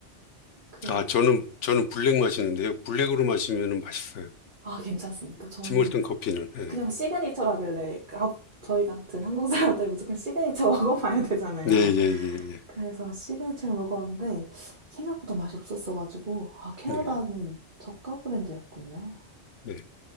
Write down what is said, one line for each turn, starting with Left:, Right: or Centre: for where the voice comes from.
Right: 그래서
Left: 아, 저는 저는 블랙 마시는데요. 블랙으로 마시면 맛있어요.
Right: 아, 괜찮습니까? 저는
Left: 팀월튼 커피는. 예.
Right: 그냥 시그니처로 하길래 아, 저희 같은 한국 사람들 무조건 시그니처 <laughs> 먹어봐야 되잖아요.
Left: 네, 예, 예, 예.
Right: 그래서 시그니처를 먹었는데 생각보다 맛이 없었어가지고 아, 캐나다는
Left: 네,
Right: 저가 브랜드였군요.
Left: 네.